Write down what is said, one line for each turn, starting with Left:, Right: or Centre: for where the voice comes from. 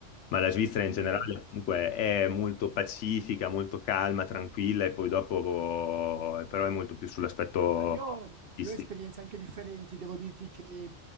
Left: Ma la Svizzera in generale
Right: Eh,
Left: comunque è molto pacifica, molto calma, tranquilla e poi dopo eh, però è molto più sull'aspetto
Right: Ah, Io,
Left: artistico.
Right: io ho esperienze anche differenti, devo dirti che